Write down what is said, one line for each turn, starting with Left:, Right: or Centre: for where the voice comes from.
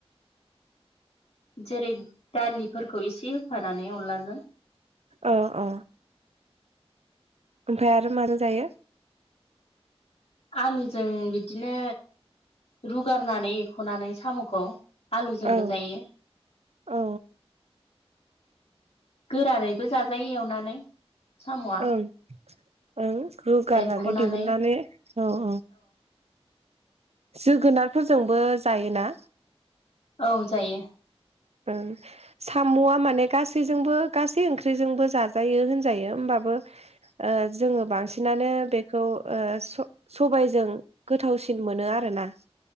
Left: जेरै दालिफोरखौ एसे होफानानै अनलाजों
Right: अ अ ओमफ्राय आरो माजों जायो?
Left: आलुजों बिदिनो रुगारनानै एख'नानै साम'खौ आलुजोंबो
Right: औ
Left: जायो।
Right: औ
Left: गोरानैैबो जाजायो एवनानै साम'आ
Right: ओं ओं रुगारनानै
Left: एरख'नानै
Right: दिहुननानै औ औ जोगोनारफोरजोंबो जायोना?
Left: औ जायो।
Right: ओम साम'आ माने गासैजोंबो गासै ओंख्रिजोंबो जाजायो होनजायो होमबाबो ओ जोङो बांसिनानो बेखौ ओ स- सबायजों गोथावसिन मोनो आरोना